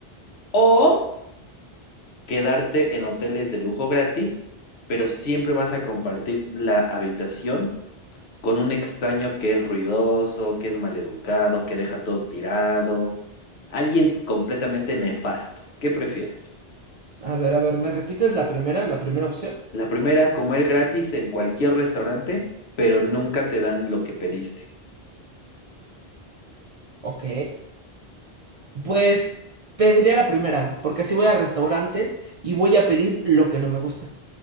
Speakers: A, on the left (about 80°); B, on the right (about 55°).
A: O quedarte en hoteles de lujo gratis, pero siempre vas a compartir la habitación con un extraño que es ruidoso, que es maleducado, que deja todo tirado, alguien completamente nefasto. ¿Qué prefieres?
B: A ver, a ver, ¿me repites la primera, la primera opción?
A: La primera, comer gratis en cualquier restaurante, pero nunca te dan lo que pediste.
B: Ok. Pues pediría la primera, porque así voy a restaurantes y voy a pedir lo que no me gusta,